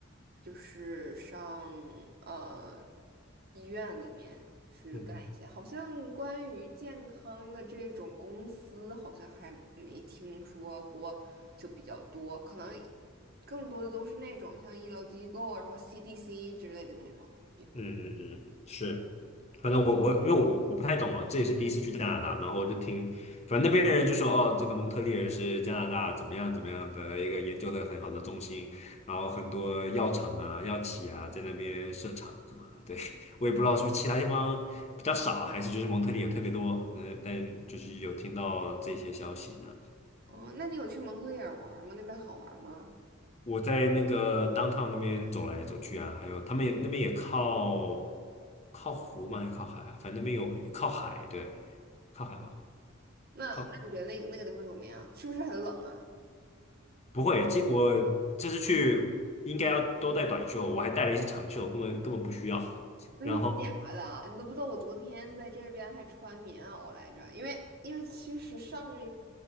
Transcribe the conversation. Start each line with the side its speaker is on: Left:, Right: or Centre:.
Right: 就是上呃医院里面去干一些。
Left: 嗯。
Right: 好像关于健康的这种公司，好像还没听说过，就比较多，可能。更多的都是那种像医疗机构，然后 CDC 之类的那种地方。
Left: 嗯嗯嗯，是，反正我我因为我我不太懂啊，这也是第一次去加拿大，然后就听，反正那边人就说哦，这个蒙特利尔是加拿大怎么样怎么样的一个研究的很好的中心，然后很多药厂啊、药企啊在那边设厂什么的，对，<laughs> 我也不知道是不是其他地方比较少，还是就是蒙特利尔特别多，嗯，但就是有听到这些消息呢。
Right: 哦，那你有去蒙特利尔玩吗？那边好玩吗？
Left: 我在那个 downtown 那边走来走去啊，还有他们也那边也靠靠湖嘛，还是靠海啊？反正那边有靠海，对，靠海吧。
Right: 那那你觉得那个那个地方怎么样？
Left: 靠
Right: 是不是很冷啊？
Left: 不会，这我这次去应该要都带短袖，我还带了一些长袖，根本根本不需要。
Right: 真假的？
Left: 然后
Right: 你都不知道我昨天在这边还穿棉袄来着，因为因为其实上